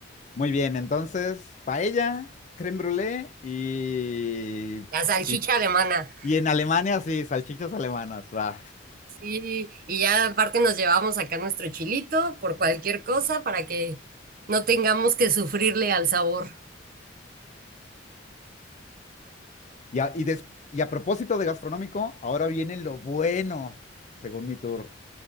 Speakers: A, on the left; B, on the right.
A: Muy bien, entonces, paella, crème brûlée y,
B: La salchicha
A: y,
B: alemana.
A: y en Alemania, sí, salchichas alemanas, va.
B: Sí, y ya aparte nos llevamos acá nuestro chilito por cualquier cosa para que no tengamos que sufrirle al sabor.
A: Y a, y des- y a propósito de gastronómico, ahora viene lo bueno, según mi tour,